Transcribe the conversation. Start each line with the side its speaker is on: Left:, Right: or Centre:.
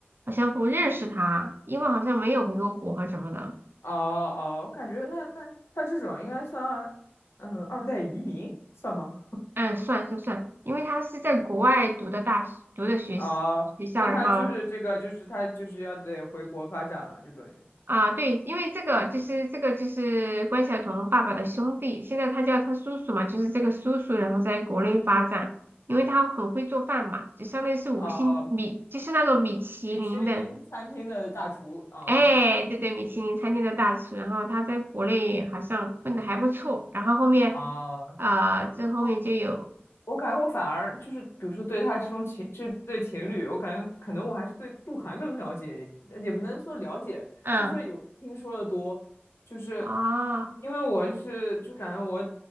Right: 好像不认识他，因为好像没有回过国和什么的。
Left: 啊啊！我感觉那那他这种应该算嗯二代移民算吗？
Right: 嗯，算算算，因为他是在国外读的大学，读的学习学校，
Left: 啊，那他就是这个就是他就是要得回国发展了，
Right: 然后
Left: 就等于。
Right: 啊，对，因为这个就是这个就是关晓彤爸爸的兄弟，现在他叫他叔叔嘛，就是这个叔叔，然后在国内发展，因为他很会做饭嘛，就相当于是五星米，
Left: 呃，
Right: 就是那种米其林的，
Left: 米其林餐厅的大厨，啊
Right: 哎，对对，米其林餐厅的大厨，然后他在国内好像混的还不错，然后后面
Left: 啊，
Right: 啊，这后面就有，
Left: 我我感觉我反而就是，比如说对他这种情这对情侣，我感觉可能我还是对鹿晗更了解，呃也不能说了解，
Right: 嗯，
Left: 就是说有听说的多，就是
Right: 哦，
Left: 因为我是就感觉我，